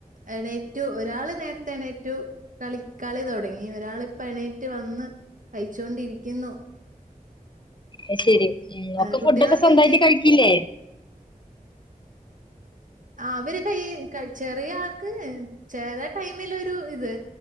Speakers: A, on the right; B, on the left.
A: എണേറ്റു ഒരാള് നേരത്തെ എണേറ്റു കളിക്കളി തുടങ്ങി ഒരാളിപ്പോ എണറ്റ് വന്ന് കഴിച്ചൊണ്ടിരിക്കുന്നു
B: അ ശരി
A: ആ,
B: ഒക്കെ
A: കുട്ടികളൊക്കെ
B: ഫുഡ ഒക്കെ സ്വന്തമായിട്ട്
A: എന്ത്യേ
B: കഴിക്കില്ലേ
A: അവര് കൈ ചെറിയ ആൾക്ക് ചേല ടൈമിലൊരു ഇത്